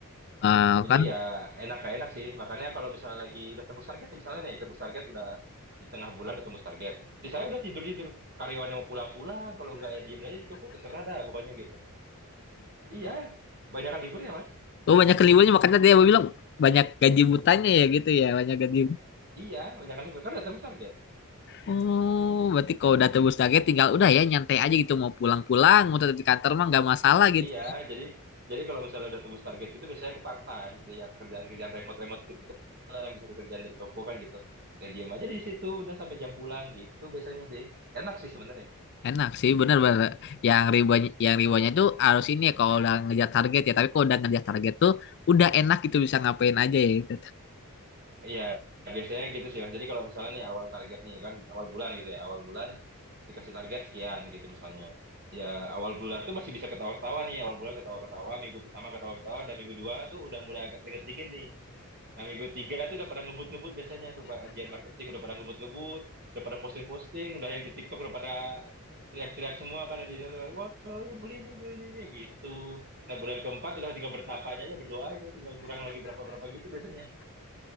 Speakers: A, on the left; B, on the right.
A: Ah,
B: Jadi
A: kan,
B: ya enak gak enak sih. Makanya kalau misalnya lagi udah tembus target, misalnya nih tembus target udah di tengah bulan udah tembus target. Sisanya udah tidur-tidur. Karyawan yang mau pulang-pulang, kalau nggak ya diem aja di toko terserah dah pokoknya gitu. Iya, banyak liburnya mas.
A: oh banyak keliwanya makanya dia bilang banyak gaji butanya ya gitu ya, banyak gaji
B: Iya, banyak libur kan udah tembus target.
A: Oh, berarti kalau udah tebus target tinggal udah ya nyantai aja gitu mau pulang-pulang, mau tetap di kantor mah nggak masalah gitu.
B: Iya, jadi jadi kalau misalnya udah tembus target gitu biasanya aku part-time gitu ya kerjaan-kerjaan remote-remote gitu lah yang bisa dikerjain dari toko kan gitu. Ya diam aja di situ udah sampai jam pulang gitu biasanya sih. Enak sih sebenarnya.
A: Enak sih bener-bener. Yang ribuan yang ribuannya tuh harus ini ya kalau udah ngejar target ya. Tapi kalau udah ngejar target tuh udah enak gitu bisa ngapain aja ya. gitu.
B: Iya, biasanya gitu sih Mas. Jadi kalau misalnya nih awal target nih kan awal bulan gitu ya, awal bulan dikasih target sekian gitu misalnya. Ya awal bulan tuh masih bisa ketawa-ketawa nih, awal bulan ketawa-ketawa, minggu pertama ketawa-ketawa, dan minggu dua tuh udah mulai agak keringet dingin nih. Nah, minggu tiga itu udah pada ngebut-ngebut biasanya tuh Pak. Bagian marketing udah pada ngebut-ngebut, udah pada posting-posting, udah yang di TikTok udah pada teriak-teriak semua kan di situ kan. Wah, ini beli ini, beli ini gitu. Nah, bulan keempat udah tinggal bertapanya aja berdoa itu tinggal kurang lagi berapa-berapa gitu biasanya.